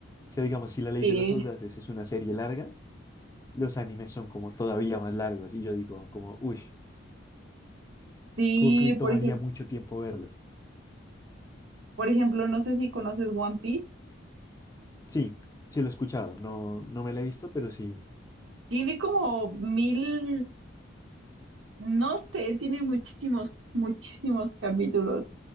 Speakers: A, on the left; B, on the right.
A: O sea, digamos, si La Ley
B: sí
A: de los Audaces es una serie larga, los animes son como todavía más largos. Y yo digo, como, uy,
B: sí,
A: como que me tomaría
B: por ejemplo,
A: mucho tiempo verlos.
B: por ejemplo, no sé si conoces One Piece.
A: Sí, sí lo he escuchado, no, no me la he visto, pero sí.
B: Tiene como mil, no sé, tiene muchísimos, muchísimos capítulos.